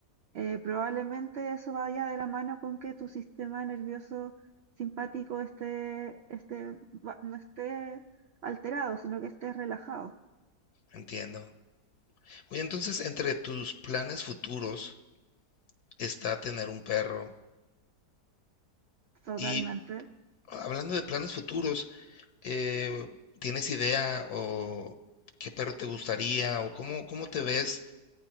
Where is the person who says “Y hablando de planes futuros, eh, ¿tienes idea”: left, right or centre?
Left